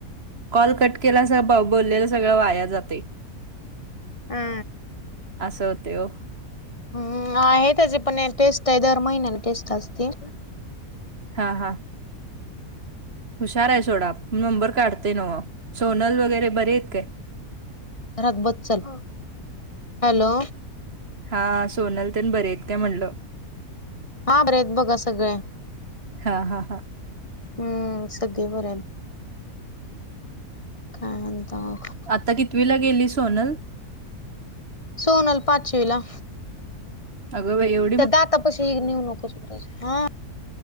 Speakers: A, on the right; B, on the left.
A: कॉल कट केला अस बा बोललेलं सगळं वाया जातय.
B: हा.
A: अस होतय ओ.
B: हम् आहे त्याचेे पण एक टेस्ट आहे दर महिन्याला टेस्ट असते.
A: हा हा. हुशार आहे सोडा नंबर काढते नव सोनल वगैरे बरे आहेत काय?
B: घरात बस चल, हॅलो
A: हा सोनल तेन बरे आहेत काय म्हटलं
B: हा बरे आहेत बघा सगळे,
A: हा हा हा
B: हम्म सगळे बरे आहेत. काय म्हणता मग.
A: आता कितवीला गेली सोनल?
B: सोनल पाचवीला.
A: अगं बाई, येव
B: त्या दाता पशी नेऊ नकोस ह